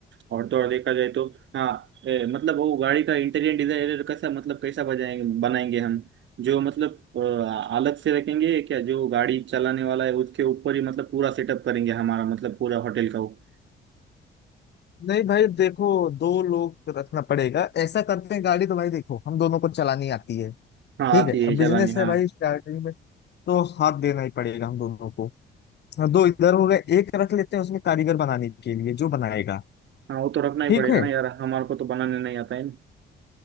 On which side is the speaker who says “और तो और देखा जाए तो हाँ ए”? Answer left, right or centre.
Right